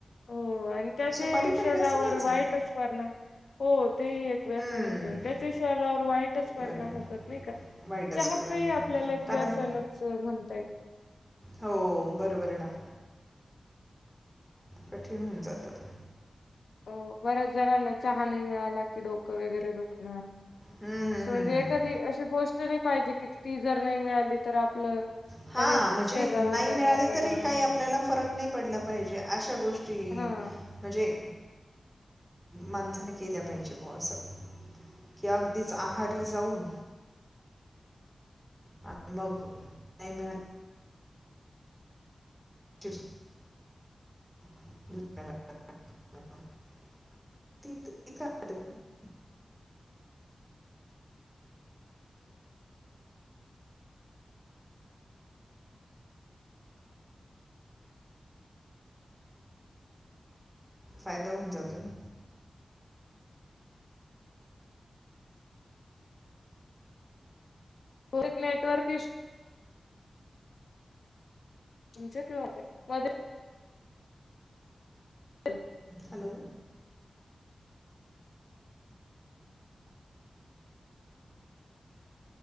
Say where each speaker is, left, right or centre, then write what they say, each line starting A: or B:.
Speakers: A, on the left (about 75°); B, in the centre.
A: हो आणि त्याचे
B: सुपारी
A: शरीरावर
B: पण व्यसनच
A: वाईटच
B: आहे ना
A: वर्णाम होत ते एक व्यासानईन
B: हं,
A: त्याच्या शरीरावर वाईटच परिणाम
B: बरोबर
A: होतात नाही का
B: वाईटच
A: चहाचा
B: परिणाम नाही
A: चहाला एक
B: कारण
A: व्यासनच म्हणता येईल
B: हो बरोबर आहे ना कठीण होऊन जातात
A: हो बऱ्याच जणांना चहा नाही मिळाला की डोकं वेगैरे दुखणार.
B: हम्म
A: असं म्हणजे
B: हम्म.
A: एखादी अशी गोष्ट नाही पाहिजे की ती जर नाही मिळाली तर आपलं-
B: हा
A: लगेच
B: म्हणजे
A: शरीरावर
B: नाही
A: त्याचा
B: मिळाली
A: परिणाम
B: तरी काही
A: होईल.
B: आपल्याला फरक नाही पडला पाहिजे अशा गोष्टी
A: हा
B: म्हणजे माणसाने केल्या पाहिजे ब असं की अगदीच आहारी जाऊन आणि मग नाही मिळालं <inaudible> ु <inaudible> फायदा होऊन जातो ना.
A: हो एक नेटवर्क इशु तुमच्या किंवा का मध्ये हम् <inaudible>
B: हॅलो